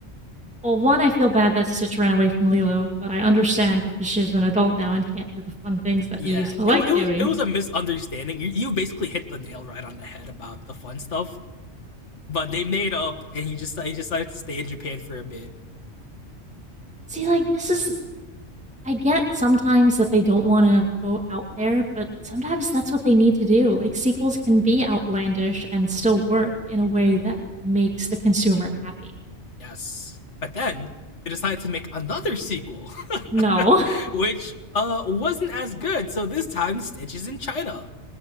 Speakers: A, in the centre; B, on the left.
A: Well, one, I feel bad that Stitch ran away from Lilo, but I understand because she's an adult now and can't do the fun things that
B: Yeah,
A: he used to
B: it
A: like
B: it was
A: doing.
B: it was a misunderstanding. You you basically hit the nail right on the head about the fun stuff, but they made up, and he just he decided to stay in Japan for a bit.
A: See, like, this is. I get sometimes that they don't want to go out there, but sometimes that's what they need to do. Like, sequels can be outlandish and still work in a way that makes the consumer happy.
B: Yes. But then they decided to make another sequel,
A: No.
B: <laughs> which uh, wasn't as good. So this time, Stitch is in China.